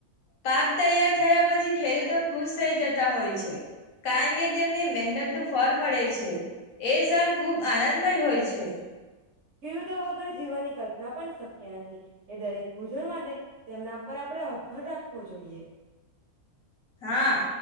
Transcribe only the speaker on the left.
પાક તૈયાર થયા પછી ખેડૂતો ખુશ થઈ જતા હોય છે કારણ કે તેમને મહેનત નું ફળ મળે છે એ સણ ખૂબ આનંદમય હોય છે
હા